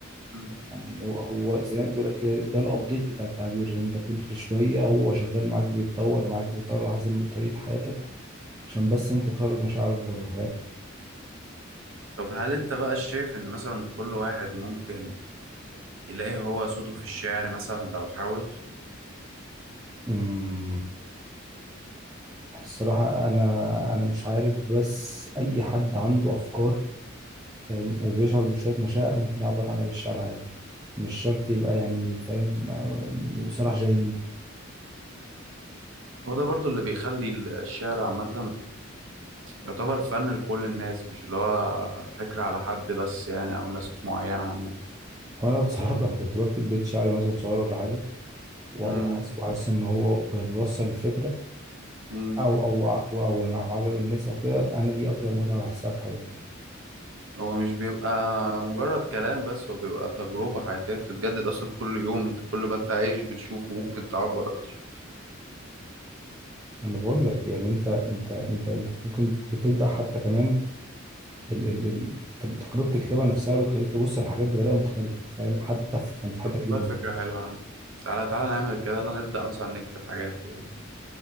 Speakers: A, on the right (about 75°); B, on the right (about 15°).
A: مم.
B: يعني هو هو زي ما بيقول لك كده، ده الابديت بتاع التعبير ان انت كل شويه هو شغال معاك بيتطور معاك بيتطور على حسب طريقه حياتك عشان بس انت تخرج مشاعرك بره
A: طب هل انت بقى شايف ان مثلا كل واحد ممكن يلاقي هو صوته في الشعر مثلا لو حاول
B: فاهم الصراحة أنا أنا مش عارف بس أي حد عنده أفكار فاهم وبيشعر بشوية مشاعر ممكن يعبر عنها بالشعر عادي مش شرط يبقى يعني فاهم آه، صراحة جايين
A: هو ده برضو اللي بيخلي الشعر عامة يعتبر فن لكل الناس مش اللي هو فكرة على حد بس يعني أو ناس معينة عامة
B: وأنا بصراحة <laughs> لما كنت بكتب بيت شعر مثلا صغير ولا حاجة وع-
A: مم.
B: وحاسس وحاسس إن هو يعني يوصل الفكرة
A: مم.
B: أو أو أو أو, أو عجب الناس أو كده أنا دي أكتر متعة بحسها في حياتي
A: هو مش بيبقى مجرد كلام بس هو بيبقى تجربة حياتية بتتجدد أصلا كل يوم أنت كل ما أنت عايش بتشوفه ممكن تعبر أكتر
B: أنا بقول لك يعني أنت أنت أنت أنت ممكن بتبدأ حتى كمان ال ال ال تج- تجربة الكتابة نفسها بتخليك تبص على الحاجات بطريقة مختلفة فاهم حتى في يعني في حياتك
A: طب والله
B: اليومية
A: فكرة حلوة يا عم تعالى تعالى نعمل كده يلا نبدأ مثلا نكتب حاجات و...